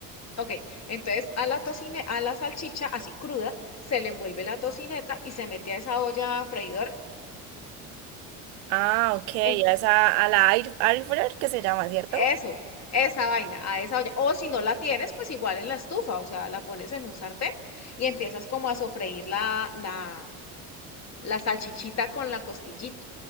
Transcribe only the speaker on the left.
Ok, entonces a la tocine, a la salchicha así cruda, se le envuelve la tocineta y se mete a esa olla freidor.
En
eso, esa vaina, a esa olla. O si no la tienes, pues igual en la estufa, o sea, la pones en un sartén y empiezas como a sofreír la, la, la salchichita con la costillita.